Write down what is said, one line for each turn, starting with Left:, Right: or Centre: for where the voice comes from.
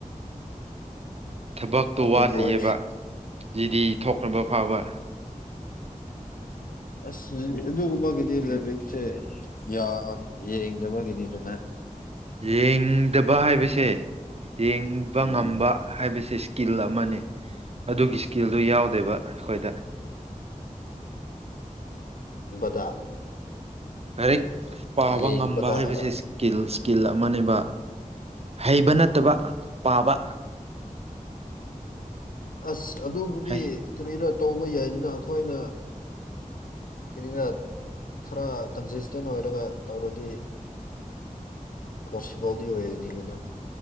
Right: ꯊꯕꯛꯇꯣ
Left: ꯑꯗꯨ
Right: ꯋꯥꯠꯂꯤꯌꯦꯕ
Left: ꯑꯣꯏ
Right: ꯖꯤꯗꯤ ꯊꯣꯛꯈꯕ ꯐꯥꯎꯕ
Left: ꯑꯁ ꯑꯗꯨꯒꯨꯝꯕꯒꯤꯗꯤ ꯂꯥꯏꯔꯤꯛꯁꯦ ꯌꯥꯝ ꯌꯦꯡꯗꯕꯒꯤꯅꯤꯗꯅ
Right: ꯌꯦꯡꯗꯕ ꯍꯥꯏꯕꯁꯦ ꯌꯦꯡꯕ
Left: ꯎꯝ
Right: ꯉꯝꯕ ꯍꯥꯏꯕꯁꯦ ꯏꯁꯀꯤꯜ ꯑꯃꯅꯤ ꯑꯗꯨꯒꯤ ꯏꯁꯀꯤꯜꯗꯨ ꯌꯥꯎꯗꯦꯕ ꯑꯩꯈꯣꯏꯗ
Left: ꯗ
Right: ꯂꯥꯏꯔꯤꯛ ꯄꯥꯕ
Left: ꯌꯦꯡꯕꯗꯔ
Right: ꯉꯝꯕ ꯍꯥꯏꯕꯁꯦ ꯁꯀꯤꯜꯁ ꯀꯤꯜ ꯐꯃꯅꯦꯕ ꯍꯩꯕ ꯅꯠꯇꯕ ꯄꯥꯕ
Left: ꯑꯁ ꯑꯗꯨꯕꯨꯗꯤ
Right: ꯍꯩ
Left: ꯀꯔꯤꯔ ꯇꯧꯕ ꯌꯥꯏꯗꯅ ꯑꯩꯈꯣꯏꯅ ꯀ‌ꯦꯅꯤꯃ‌ꯦꯜ ꯈꯔ ꯀꯟꯁꯤꯁꯇꯦꯟ ꯑꯣꯏꯔꯒ ꯇꯧꯔꯗꯤ ꯄꯣꯁꯤꯕꯜꯗꯤ ꯑꯣꯏꫪꯤꯅꯤꯗꯅ